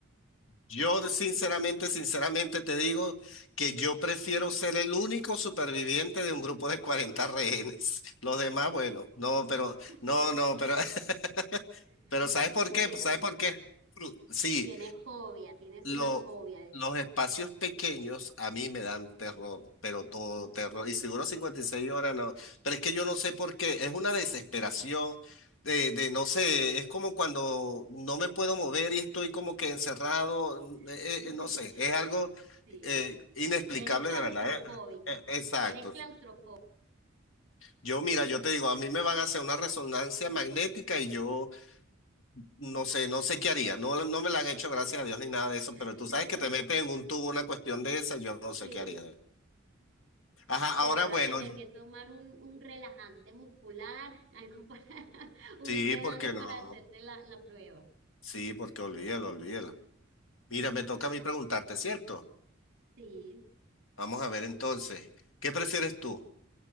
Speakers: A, on the left; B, on the right.
A: Yo sinceramente, sinceramente te digo que yo prefiero ser el único superviviente de un grupo de 40 rehenes. Los demás, bueno, no, pero, no,
B: <laughs>
A: no, pero... <laughs>
B: <laughs>
A: Pero ¿sabes por qué?
B: Te
A: ¿Sabes
B: da miedo.
A: por qué? Fru- Sí,
B: Tienes fobia, tienes
A: lo-
B: una fobia.
A: los espacios pequeños a mí me dan terror, pero todo terror. Y seguro 56 horas no. Pero es que yo no sé por qué. Es una desesperación de, de no sé, es como cuando no me puedo mover y estoy como que encerrado. n-
B: <laughs>
A: eh, eh, no sé, es algo
B: Sí.
A: eh, inexplicable
B: Eres claustrofóbico.
A: de verdad. eh. Eh, Exacto.
B: Eres claustrofóbico.
A: Yo, mira, yo te digo, a mí me van a hacer una resonancia magnética y yo... No sé, no sé qué haría. No, no me la han hecho, gracias a Dios, ni nada de eso, pero
B: <laughs>
A: tú sabes que te meten en un tubo una cuestión de esa, yo no sé
B: Sí.
A: qué haría. Ajá,
B: Te
A: ahora
B: vas
A: bueno,
B: a tener que tomar un, un relajante muscular, algo para, <laughs> un
A: sí,
B: sedante
A: porque no.
B: para hacerte la, la prueba.
A: Sí, porque olvídalo, olvídalo. Mira, me toca a mí preguntarte, ¿cierto?
B: Sí.
A: Vamos a ver entonces, ¿qué prefieres tú?